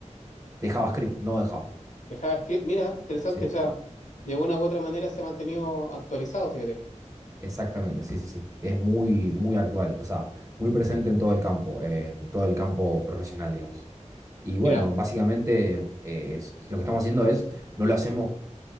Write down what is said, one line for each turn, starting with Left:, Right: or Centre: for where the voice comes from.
Right: de JavaScript, no de Java.
Left: de JavaScript. Mira, interesante,
Right: Sí,
Left: o sea, de una u otra manera se ha mantenido actualizado, fíjate.
Right: exactamente. Sí, sí, sí. Es muy, muy actual. O sea, muy presente en todo el campo, eh, en todo el campo profesional, digamos. Y bueno,
Left: Mira,
Right: básicamente eh, es- lo que estamos haciendo es, no lo hacemos